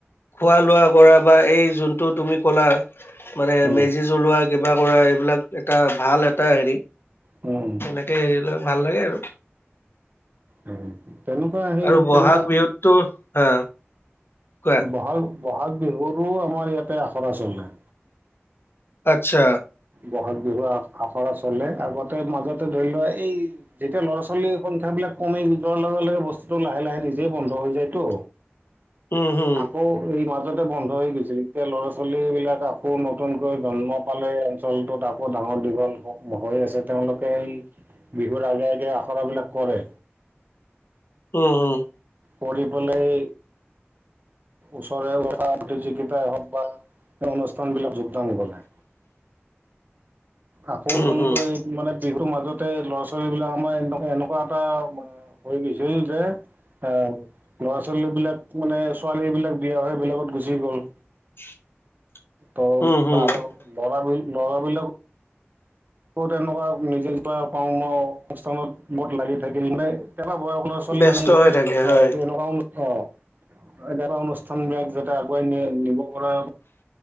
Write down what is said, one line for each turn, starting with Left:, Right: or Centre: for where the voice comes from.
Left: খোৱা লোৱা কৰা বা এই যোন টো তুমি ক'লা মানে
Right: উম,
Left: মেজি জ্বলোৱা কিবা কৰা এইবিলাক এটা ভাল এটা হেৰি
Right: উম
Left: এনেকে হেৰি লৈ ভাল লাগে আৰু
Right: উম। তেনেকুৱা সেই
Left: আৰু বহাগ
Right: তেনেকুৱা
Left: বিহুতো হা কোৱা
Right: বহাগ বহাগ বিহুৰো আমাৰ ইয়াতে আখৰা চলে
Left: আচ্ছা
Right: ব'হাগ বিহু আখৰা চলে আগতে মাজতে ধৰি লোৱা এই যেতিয়া ল'ৰা ছোৱালীৰ সংখ্যাবিলাক কমি যোৱাৰ লগে লগে বস্তুটো লাহে লাহে নিজেই বন্ধ হৈ যায়তো
Left: <inaudible> হম
Right: আকৌ এই মাজতে বন্ধ হৈ গৈছিল এতিয়া ল'ৰা ছোৱালী বিলাক আকৌ নতুনকৈ জন্ম পালে এই অঞ্চলটোত আকৌ ডাঙৰ দীঘল হৈ আছে তেওঁলোকে এই বিহুৰ আগে আগে আখৰাবিলাক কৰে।
Left: উম হুম।
Right: কৰি পেলাই ওচৰে পতা প্ৰতিযোগিতাই হওঁক বা অনুষ্ঠান বিলাক যোগদান কৰে। আকৌ নতুনকৈ
Left: উম হম
Right: মানে বিহুৰ মাজতে ল'ৰা ছোৱালী বিলাক আমাৰ এনেকুৱা এনেকুৱা এটা হৈ গৈছিল যে আহ ল'ৰা ছোৱালী বিলাক মানে ছোৱালী বিলাক বিয়া হৈ বেলেগত গুচি গ'ল।
Left: <inaudible>
Right: ত'
Left: হম
Right: আৰু ল'ৰা বিল ল'ৰা বিলাকো তেনেকুৱা নিজে কিবা কৰ্ম অনুষ্ঠানত বোৰত লাগি থাকিল, মানে একেটা বয়সৰ ছোৱালী
Left: ব্যস্ত
Right: নিজে
Left: হৈ
Right: এ
Left: থাকে হয়
Right: এনেকুৱা অ এনেকুৱা অনুষ্ঠান বিলাক যাতে আগুৱাই নি নিব পৰা